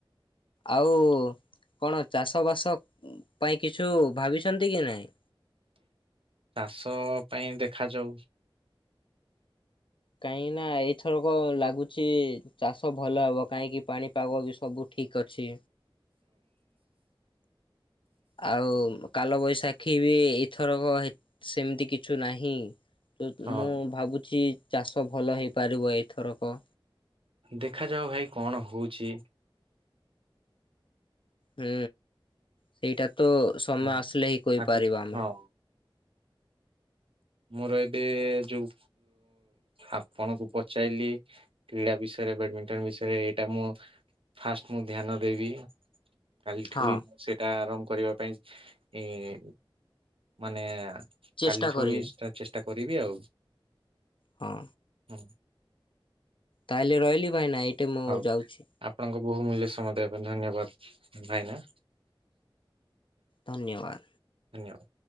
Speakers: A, on the left; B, on the right.
A: ଆଉ କଣ ଚାଷବାସ ପାଇଁ କିଛୁ ଭାବିଛନ୍ତି କି ନାଇଁ।
B: ଚାଷ ପାଇଁ ଦେଖାଯାଉ।
A: କାହିଁକି ନା ଏଇଥରକ ଲାଗୁ। ଗୁଚି ଚାଷ। ଭଲ ହେବ। କାହିଁକି ପାଣିପାଗ ବି ସବୁ ଠିକ ଅଛି। ଆଉ କାଲ। ବୈଶାଖୀ ବି ଏଇଥରକ ସେମିତି କିଛୁ ନାହିଁ। ତ
B: ହଁ
A: ମୁଁ ଭାବୁଛି। ଚାଷ ଭଲ ହେଇପାରିବ ଏଇଥରକ।
B: ଦେଖାଯାଉ ଭାଇ କଣ ହଉଛି।
A: ହୁଁ ସେଇଟା। ତ ସମୟ
B: ହଁ
A: ଆସିଲେ ହିଁ କହିପାରିବା
B: ଆଗ
A: ଆମେ।
B: ହଁ ମୋର ଏବେ ଯୋଉ ଆପଣଙ୍କୁ ପଚାରଲିି କ୍ରୀଡା ବିଷୟରେ ବ୍ୟାଡମିଣ୍ଟନ ବିଷୟରେ ଏଇଟା ମୁଁ ଫାଷ୍ଟ ମୁଁ ଧ୍ୟାନ ଦେବି। କାଲିଠୁଇ
A: ହଁ
B: ସେଟା ଆରମ୍ଭ। କରିବା ପାଇଁ ଇଁ ମାନେ।
A: ଚେଷ୍ଟା
B: କାଲିଠୁ
A: କରିବି।
B: ହିଁ ଚେଷ୍ଟା କରିବି ଆଉ।
A: ହଁ।
B: ଉଁ।
A: ତାହେଲେ ରହିଲି ଭାଇନା ଏଇଟେ ମୁଁ
B: ହଉ
A: ଯାଉଛି।
B: ଆପଣଙ୍କ ବହୁମୂଲ୍ୟ ସମୟ ଦେବା ଧନ୍ୟବାଦ ଭାଇନା।
A: ଧନ୍ୟବାଦ।
B: ଧନ୍ୟବାଦ।